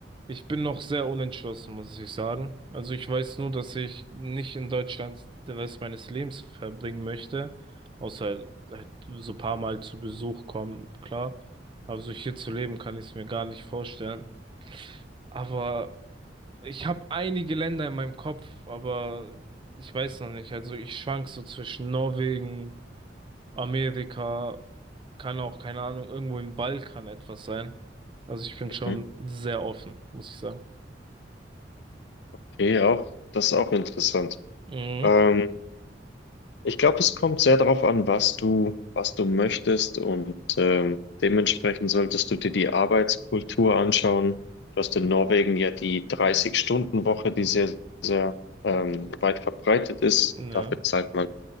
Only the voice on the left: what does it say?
Hm?
Okay, auch, das ist auch interessant.
Ähm, Ich glaube, es kommt sehr darauf an, was du, was du möchtest und ähm, dementsprechend solltest du dir die Arbeitskultur anschauen. Du hast in Norwegen ja die 30-Stunden-Woche, die sehr, sehr ähm, weit verbreitet ist.
Dafür zahlt man